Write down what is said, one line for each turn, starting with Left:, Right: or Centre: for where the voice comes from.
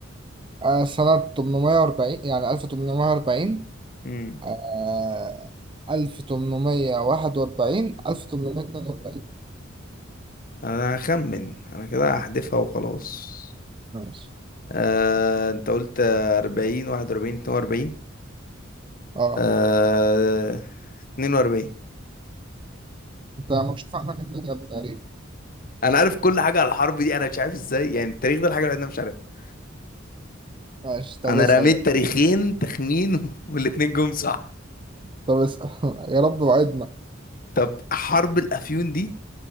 Right: آه، سنه 840 يعني 1840
Left: امم
Right: آه 1841 1842
Left: أنا هخمن أنا كده هحذفها وخلاص
Right: ماشي
Left: آه، أنت قلت أربعين واحد وأربعين اتنين وأربعين
Right: اه
Left: آه، اتنين وأربعين
Right: انت مكشوف عنك انت الإجابة تقريبا
Left: انا عارف كل حاجه على الحرب دي انا مش عارف ازاي يعني التاريخ ده الحاجه الوحيده اللي انا مش عارفها
Right: ماشي طب
Left: انا
Right: اسأل
Left: رميت
Right: يلا.
Left: تاريخين تخمين <laughs> والاتنين جم صح
Right: طب اسأل <laughs> يا رب وعدنا
Left: طب حرب الافيون دي